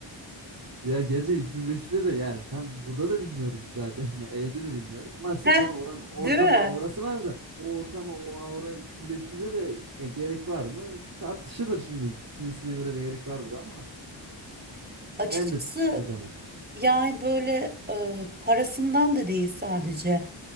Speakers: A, on the right; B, on the right.
A: Ya gerçi 3500'e de yani tam biz burada da dinliyoruz zaten. <laughs> Ya evde de dinliyoruz. Maksat
B: Heh,
A: tabii oranın ortama
B: değil mi?
A: aurası var da o ortama o auraya 3500'e de ya gerek var mı? Tartışılır şimdi. Kimisine göre de gerek vardır ama
B: Açıkçası
A: ben de ödemem.
B: yani böyle e, parasından da değil sadece.